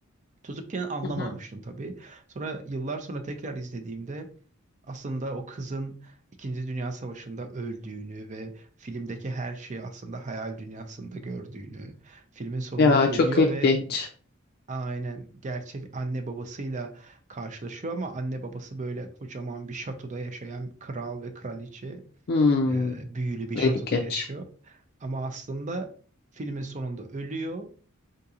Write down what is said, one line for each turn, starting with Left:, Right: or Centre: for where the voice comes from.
Right: Çocukken anlamamıştım
Left: hı hı.
Right: tabii. Sonra yıllar sonra tekrar izlediğimde aslında o kızın İkinci Dünya Savaşı'nda öldüğünü ve filmdeki her şeyi aslında hayal dünyasında gördüğünü, filmin sonunda
Left: Ya
Right: ölüyor
Left: çok ilginç.
Right: ve aynen gerçek anne babasıyla karşılaşıyor ama anne babası böyle kocaman bir şatoda yaşayan kral ve kraliçe,
Left: Hmm,
Right: e, büyülü bir şatoda
Left: ilginç.
Right: yaşıyor. Ama aslında filmin sonunda ölüyor